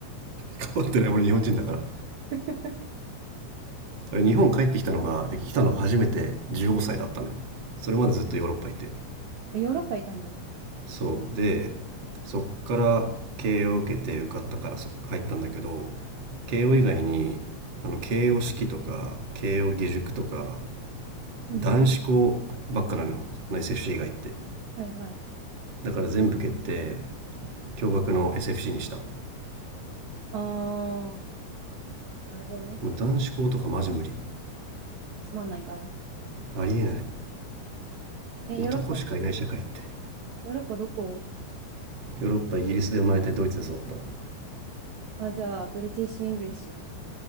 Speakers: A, on the right; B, on the right.
A: 変わってない俺日本人だから
B: <laughs>
A: 俺日本帰ってきたのがで来たのが初めて15歳だったのよそれまでずっとヨーロッパいて
B: ヨーロッパいたんだ。
A: そうでそっから慶応受けて受かったからそ入ったんだけど慶応以外にあの慶応式とか慶応義塾とか
B: うん。
A: 男子校ばっかなのよ内接種以外って
B: はいはい。
A: だから全部蹴って驚愕の SFC にした
B: あー、なるほど。
A: もう男子校とかマジ無理
B: つまんないから。
A: ありえない
B: え、
A: 男しかいない社会って
B: ヨーロッパ、ヨーロッパどこ
A: ヨーロッパイギリスで生まれてドイツで育ったい
B: あ、じゃあ、ブリティッシュ・イングリッシュ。